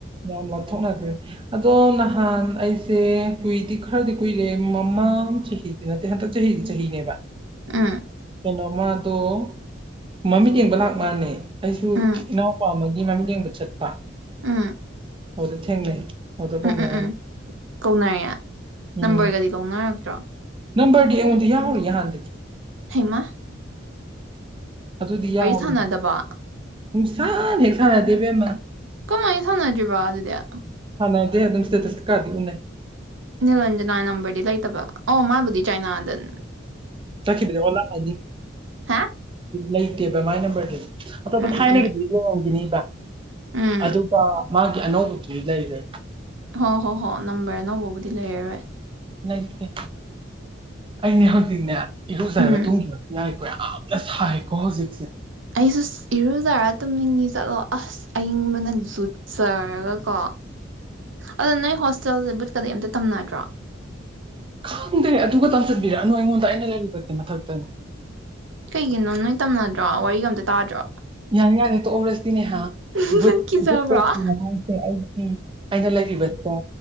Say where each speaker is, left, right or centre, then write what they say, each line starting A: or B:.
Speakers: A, on the right (about 25°); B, on the right (about 85°).
A: ꯌꯥꯝ ꯂꯥꯞꯊꯣꯛꯅꯈ꯭ꯔꯦ ꯑꯗꯣ ꯅꯍꯥꯟ ꯑꯩꯁꯦ ꯀꯨꯏꯗꯤ ꯈꯔꯗꯤ ꯀꯨꯏꯔꯦꯃ ꯆꯍꯤꯗꯤ ꯅꯠꯇꯦ ꯍꯟꯇ ꯆꯍꯤꯗꯤ ꯆꯍꯤꯅꯦꯕ
B: ꯑꯥ
A: ꯀꯩꯅꯣꯃ ꯑꯗꯨꯣ ꯃꯃꯤꯠ ꯌꯦꯡꯕ ꯂꯥꯛ ꯃꯥꯜꯅꯦ ꯑꯩꯁꯨ
B: ꯎꯝ
A: ꯏꯅꯥꯎꯄꯥ ꯑꯃꯒꯤ ꯃꯃꯤꯠ ꯌꯦꯡꯕ ꯆꯠꯄ
B: ꯎꯝ
A: ꯑꯗꯨꯗꯤ ꯊꯦꯡꯅꯩ ꯑꯗꯨꯗ ꯐꯥꯎꯅꯔꯦ
B: ꯎꯝ ꯎꯝ ꯎꯝ ꯀꯧꯅꯔꯦ
A: ꯎꯝ
B: ꯅꯝꯕꯔꯒꯗꯤ ꯂꯧꯅꯔꯛꯇ꯭ꯔꯣ
A: ꯅꯝꯕꯔꯗꯤꯉꯣꯟꯗꯤ ꯌꯥ ꯍ ꯌꯥ ꯍꯥꯟꯗ
B: ꯃ
A: ꯑꯗꯨꯗꯤ ꯌꯥꯎꯔꯣꯏꯗ
B: ꯁꯥꯟꯅꯗꯕ
A: ꯄꯨꯡ ꯏꯁꯥꯅ ꯍꯦꯛ ꯁꯥꯟꯅꯗꯦꯕꯦꯝꯃ
B: ꯀꯃꯥꯏ ꯁꯅꯖꯤꯕꯥꯗꯗꯌꯥ
A: ꯑꯗꯨꯁꯇꯦꯇꯁꯤꯀꯔꯗꯤ ꯎꯟꯅ
B: ꯅꯤꯔꯟꯖꯅꯥ ꯅꯝꯕꯝꯕꯔꯗꯤ ꯂꯩ ꯇꯕ ꯑꯣ ꯃꯥꯥꯏꯕꯨꯙ ꯆꯥꯏꯅꯥꯗꯟ
A: ꯆ ꯈꯈꯤꯗ ꯑꯣꯂ ꯍꯥꯏꯅꯤ
B: ꯍꯥ
A: ꯂꯩꯇꯦꯕ ꯃꯥꯏ ꯅꯝꯕꯔꯗꯨꯗꯤ ꯑꯇꯣꯞꯄ
B: ꯎꯝ
A: ꯊꯥꯏꯅꯒꯤꯗꯤ
B: ꯎꯝ ꯎꯝ
A: ꯂꯝꯒꯤꯅꯤ
B: ꯎꯝ
A: ꯑꯗꯨꯒ ꯃꯥꯒꯤ ꯑꯅꯧꯕꯗꯨꯗꯤ ꯂꯩꯖ
B: ꯍꯣꯏ ꯍꯣ ꯍꯣꯏ ꯅꯝꯕꯔ ꯑꯅꯧꯕꯕꯨꯗꯤ ꯂꯩꯔꯔꯣꯏ
A: ꯦ ꯑꯩꯅꯦ ꯍꯧꯖꯤꯛꯅꯦ ꯏꯍꯧꯖꯈꯒ
B: ꯎꯝ
A: ꯇꯨꯝꯈꯤꯕ ꯁ ꯍꯥꯏꯦꯀꯣ ꯍꯧꯣꯖꯤꯛꯁꯦ
B: ꯑꯩꯁꯨ ꯏꯔꯨꯖꯔꯥ ꯇꯨꯝꯅꯤꯡꯉꯤ ꯆꯠꯂꯣ ꯑꯁ ꯑꯏꯪꯕꯅꯖꯨꯠꯆꯔꯒ ꯀꯣ ꯑꯗꯣ ꯅꯣꯏ ꯍꯣꯁꯇꯦꯜꯁꯦ ꯕꯨꯠ ꯀꯔꯤꯩ ꯑꯝꯇ ꯇꯝꯅꯗ꯭ꯔꯣ
A: ꯈꯪꯗꯦ ꯑꯗꯨ ꯈꯛꯇꯪ ꯆꯠꯄꯤꯔꯛꯅꯣ ꯑꯩꯉꯣꯟꯗ ꯑꯩꯅ ꯂꯩꯔꯤꯕꯕꯁꯦ ꯃꯊꯛꯇꯅꯤ
B: ꯀꯩꯒꯤꯅꯣ ꯅꯣꯏ ꯇꯝꯅꯗ꯭ꯔꯣ ꯋꯥꯔꯤꯒ ꯑꯝꯇ ꯇꯥꯗ꯭ꯔꯣ
A: ꯌꯥꯅꯤ ꯌꯥꯅꯤ ꯑꯣꯔ ꯁꯤꯅꯦꯍꯥ
B: ꯅꯪ
A: ꯕꯨ
B: ꯀꯤꯖꯕ꯭ꯔꯣ
A: ꯕꯨ ꯄꯀꯤ ꯃꯇꯥꯡꯁꯦ ꯑꯩꯒꯤ ꯑꯩꯅ ꯂꯩꯔꯤꯕꯁꯦ